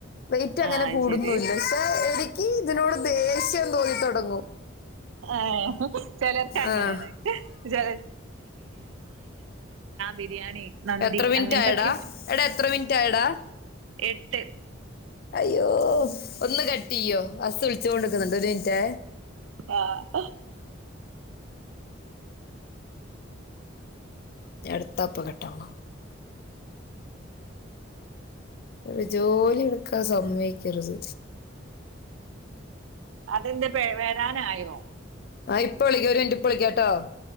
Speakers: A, on the left; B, on the right.
A: വെയ്റ്റ്ങ്ങന
B: ആഹ് അത്
A: കൂടുന്നൂല്ല
B: ശരി
A: പഷെ എനിക്കീ ഇതിനോട് ദേഷ്യം തോന്നിത്തൊടങ്ങും
B: ആഹ് ചിലർക്ക് അങ്ങനെയാണ്
A: ആഹ്
B: ചില- ബിരിയാണി മന്തി
A: എത്ര മിനിറ്റ്
B: അങ്ങനത്തൊക്കെ
A: ആയെടാ എടാ എത്ര എത്ര മിൻട്ടായെട
B: എട്ട്
A: അയ്യോ ഒന്ന് ക യ്യോ ഹസ്സ് വിൾച്ചോണ്ട്ക്ക്ന്ന്ണ്ട് ഒര് മിൻറ്റേ
B: ആഹ്
A: ഞട്ത്തപ്പം കട്ടോന്നോ ഒര് ജോലി ഇട്ക്കാ സമ്മയ്ക്കരുത്
B: അതെന്തെ പേ വരാനായോ
A: ആഹ് ഇപ്പ വിളിക്ക്യ ഒര് മിൻറ്റ് ഇപ്പ വിളിക്കാട്ടൊ